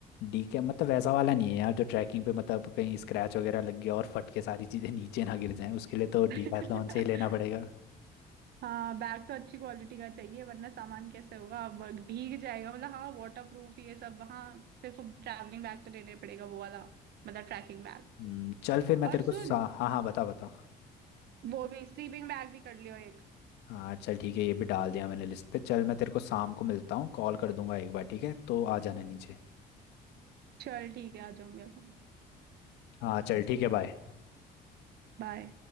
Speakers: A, on the left; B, on the right.
A: डी के मतलब वैसा वाला नहीं है यार जो ट्रैकिंग पे मतलब कहीं स्क्रैच वगैरह लग गया और फट के सारी चीज़ें <laughs> नीचे ना गिर जाएं उसके लिए तो
B: <laughs>
A: डीकैथलॉन से ही लेना पड़ेगा
B: हाँ बैग तो अच्छी क्वालिटी का चाहिए वरना सामान कैसे होगा ब- भीग जाएगा मतलब हाँ वाटर प्रूफ ये सब हाँ तेरे को ट्रैवलिंग बैग तो लेने पड़ेगा वो वाला मतलब ट्रैकिंग बैग
A: हम्म, चल फिर मैं
B: और
A: तेरे को
B: सुन
A: सा... हाँ हाँ बता बता
B: वो भी स्लीपिंग बैग भी कर लियो एक
A: हाँ चल ठीक है ये भी डाल दिया मैंने लिस्ट पे चल मैं तेरे को शाम को मिलता हूँ कॉल कर दूंगा एक बार ठीक है तो आ जाना नीचे
B: चल ठीक है आ जाऊंगी आ जाऊंगी
A: हाँ चल ठीक है बाय
B: बाय